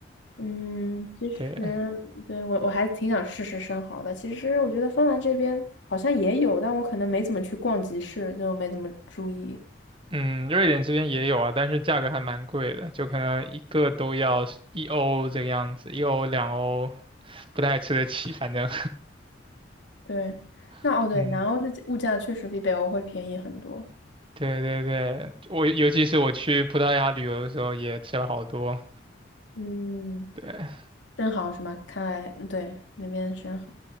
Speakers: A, on the left; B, on the right.
A: 嗯，其实对我我还挺想试试生蚝的。
B: 对，
A: 其实我觉得芬兰这边好像也有，但我可能没怎么去逛集市，就没怎么注意。
B: 嗯，瑞典这边也有啊，但是价格还蛮贵的，就可能一个都要一欧这个样子，一欧两欧不太吃得起，反正，
A: 对，
B: <laughs>
A: 那哦对，
B: 嗯，
A: 南欧的物价确实比北欧会便宜很多。
B: 对对对，我尤其是我去葡萄牙旅游的时候也吃了好多，
A: 嗯，
B: 对。
A: 生蚝是吗？看来嗯对那边生蚝